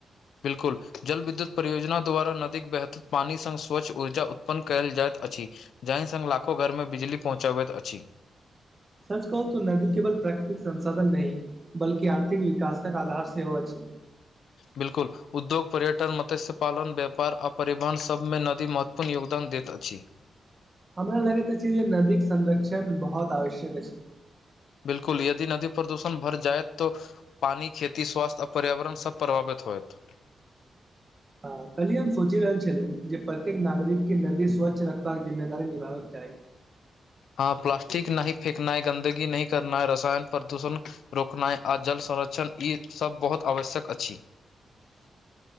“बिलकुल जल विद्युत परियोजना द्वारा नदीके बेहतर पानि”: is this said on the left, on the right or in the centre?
Left